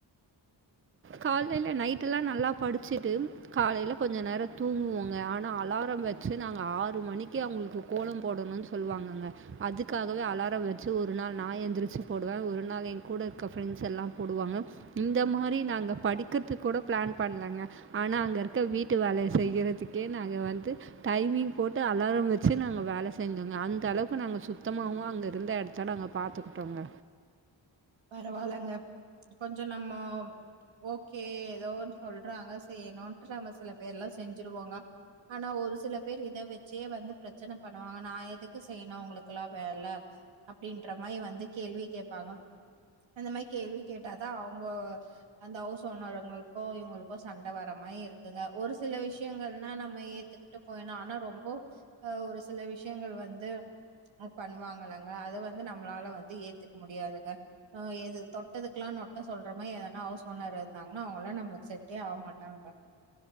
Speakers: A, on the right (about 30°); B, on the right (about 80°).
A: காலையில நைட்டெலா நல்லா படிச்சிட்டு காலையில கொஞ்ச நேரோ தூங்குவோங்க ஆனா அலாரம் வச் சசி நாங்க ஆறு மணிக்கு அவுங்களுக்கு கோலம் போடணும் சொல்லுவாங்கங்க அதுக்காகவே அலாரம் வச்சு ஒரு ஒரு நா எந்திரிச்சி போடுவே ஒரு நாள் என் கூட இருக்க ஃப்ரெண்ட்ஸ் எல்லா போடுவாங்க இந்த மாரி நாங்க படிக்கிறது கூட பிளான் பண்ணலங்க ஆனா அங்க இருக்க வீட்டு வேலை செய்யறதுக்கே நாங்க வந்து து டைமிங் போட்டு அலாரம் வச்சு நாங்க வேலை செஞ்சோங்க அந்த அளவுக்கு நாங்க சுத்தமாவு அங்க இருந்த எட இத்தாட அங்க பாத்துக்கிட்டோங்க
B: பரவால்லங்க கொஞ்சோ நம்மோ ஓகே ஏதோ ஒன்னு சொல்றாங்க செய்யணும் இன்டு நம்ம சில பேர்லா செஞ்சிருவோங்க ஆனா ஒரு சில பேர் இத வெச்சே வந்து பிரச்சன பண்ணுவாங்க நா எதுக்கு செய்யணு உங்களுக்கு எல்லாம் வேல அப்டின்ற மாரி வந்து கேள்வியு கேப்பாங்க அந்த மாரி கேள்வி கேட்டாதா அவுங்கோ அந்த ஹவுஸ் ஓனருங்களுக்கு இவங்களுக்கு சண்டை வர மாரி இரு க்குங்க ஒரு சில விஷயங்கள்னா நம்ம ஏத்துக்கிட்டு போயிட்னு ஆனா ரொம்போ அ ஒரு சில விஷயங்கள் வந்து நோ பண்ணுவாங்களங்க அத வந்து நம்மளால வந்து ஏத்துக்க முடியாதுங்க அ எது தொட்டதுக்குலா நொட்ட சொல்ற மாரி ஏதனா ஹவுஸ் ஓனர் இருந்தாங்னா அவுங்கல்லா நம்மளுக்கு செட்டே ஆவ மாட்டாங்க